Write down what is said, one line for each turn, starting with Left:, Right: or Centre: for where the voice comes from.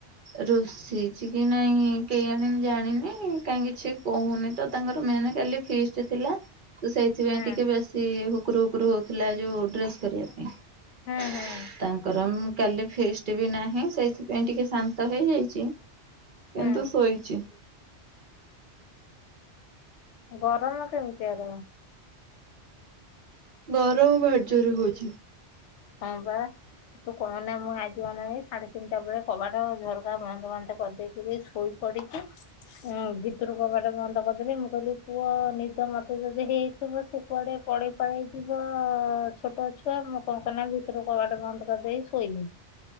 Right: ରୁଷିଚି କି ନାଇଁ କେଇଆଣି ମୁଁ ଜାଣିନି କାଇଁ କିଛି କୋହୁନି ତ ତାଙ୍କର ମେନ କାଲି ଫିଷ୍ଟ ଥିଲା। ତ ସେଇଥିପାଇଁ
Left: ହୁଁ।
Right: ଟିକେ ବେଶି ହୁକୁରୁ ହୁକୁରୁ ହୋଉଥିଲା ଯୋଉ ଡ୍ରେସ କରିବା ପାଇଁ।
Left: ହୁଁ ହୁଁ
Right: ତାଙ୍କର ଉଁ କାଲି ଫିଷ୍ଟ ବି ନାହିଁ। ସେ ସେଥିପାଇଁ ଟିକେ ଶାନ୍ତ ହେଇଯାଇଚି କିନ୍ତୁ
Left: ହୁଁ
Right: ଶୋଇଚି।
Left: ଗରଳ କେମିତି ଆର?
Right: ଗରମ ଭାରି ଯୋରେ ହୋଉଚି।
Left: ହଁ ପା। ତୁ କହନା ମୁଁ ଆଜି ଅନାନି ସାଢେ ତିନିଟା ବେଳେ କବାଟ ଝରକା ବନ୍ଦ ବାନ୍ଦ କରିଦେଇଥିଲି ଶୋଇ ପଡିକି ଉଁ ଭିତରୁ କବାଟା ବନ୍ଦ କରିଦେବି। ମୁଁ କହିଲି ପୁଅ ନିଦ ମତେ ଯଦି ହେଇଥିବ ସେ କୁଆଡେ ପଳେଇ ପାଳେଇ ଯିବ ଛୋଟ ଛୁଆ ମୁଁ କଣ କଲି ନା ଭିତରୁ କବାଟ ବନ୍ଦ କରିଦେଇ ଶୋଇଲି।